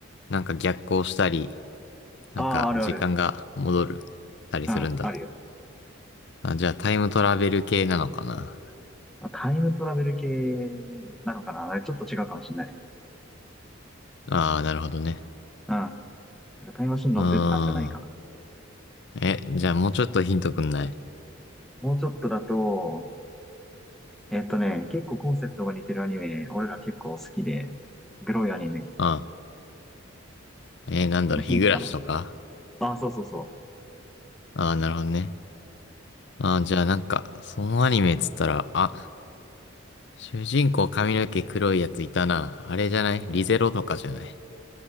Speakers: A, on the left (about 60°); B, in the centre.
A: なんか逆行したり、なんか時間が戻る、
B: ああ、あるある。
A: たりするんだ。
B: うん、あるよ。
A: あ、じゃあタイムトラベル系なのかな
B: タイムトラベル系なのかな。あれちょっと違うかもしれない。
A: ああなるほどね。
B: うん。なんかタイムマシン乗ってって感じじゃないかな。
A: うーん。え、じゃあもうちょっとヒントくんない
B: もうちょっとだと、えっとね、結構コンセプトが似てるアニメ、俺ら結構好きで、グロいアニメ。
A: あ、えーなんだろう、
B: それヒントかな。
A: 日暮らしとか
B: あ、そうそうそう。
A: ああなるほどね。ああ、じゃあなんか、そのアニメっつったら、あ、主人公髪の毛黒いやついたな。あれじゃないリゼロとかじゃない。